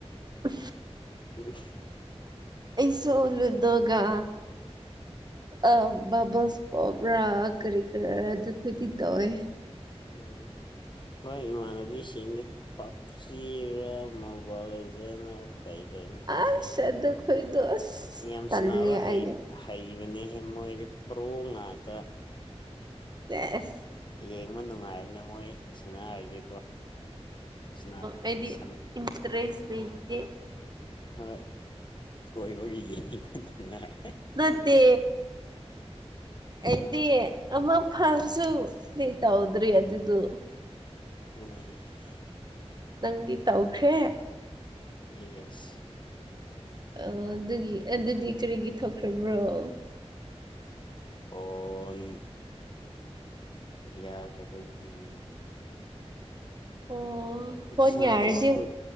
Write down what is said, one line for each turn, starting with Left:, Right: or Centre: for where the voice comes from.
Right: ꯑ
Left: ꯎ
Right: ꯑꯩꯁꯨꯣꯂꯨꯗꯣꯒ ꯑ ꯕꯥꯃꯁ ꯄꯣꯝꯕ꯭ꯔꯥ ꯀꯔꯤ ꯀꯔꯤꯔꯥ ꯑꯗꯨ ꯈꯈꯣꯏꯗꯤ ꯇꯧꯋꯦ
Left: ꯎꯝ ꯃꯣꯏ ꯏꯃꯥꯟꯅꯕꯤꯁꯤꯡꯗꯤ ꯄꯞꯆꯔꯥ ꯃꯣꯕꯥꯏꯖ ꯀꯩ ꯀꯔꯤꯩꯅꯣ
Right: ꯑꯁ
Left: ꯌꯥꯝ
Right: ꯑꯗꯨ ꯈꯣꯏꯗꯣ ꯑꯁ
Left: ꯌꯥꯝ
Right: ꯇꯜꯂꯦ
Left: ꯁꯅꯥꯅꯕ
Right: ꯑꯩꯗꯤ
Left: ꯍꯩꯕꯅꯤ ꯃꯣꯏꯗꯤꯦ ꯄ꯭ꯔꯣ ꯉꯥꯛꯇ
Right: ꯑꯦ
Left: ꯌꯦꯦꯡꯕ ꯅꯨꯡꯉꯥꯏꯕꯅꯦ ꯃꯣꯏ ꯁꯥꯟꯅꯔꯗꯤꯀꯣ ꯁꯥꯟꯅ
Right: ꯌꯗꯤ
Left: ꯁꯟ
Right: ꯏꯟꯇ꯭ꯔꯦꯁ ꯂꯩꯦ
Left: ꯍꯣ ꯑꯣꯏꯕꯒꯤ ꯅꯨꯡꯉꯥꯏ
Right: ꯅꯠꯇ ꯑꯗꯤ ꯑꯃ ꯐꯔꯖꯨ ꯇꯥꯎꯗ꯭ꯔꯤ ꯑꯗꯨꯗꯗꯨ
Left: ꯑꯥ
Right: ꯅꯪꯗꯤ ꯇꯧꯈ꯭ꯔꯦ
Left: ꯌꯦꯁ
Right: ꯑꯣ ꯑꯗꯨꯒꯤ ꯑꯗꯨꯗꯤ ꯀꯔꯤꯒꯤ ꯊꯣꯛꯈ꯭ꯔꯕꯣ
Left: ꯐꯣꯟ ꯌꯥꯗꯕꯒꯤ
Right: ꯑꯣ ꯐꯣꯟ
Left: ꯁꯗꯕ
Right: ꯌꯥꯔꯗꯤ ꯑꯣ
Left: ꯀꯣꯏ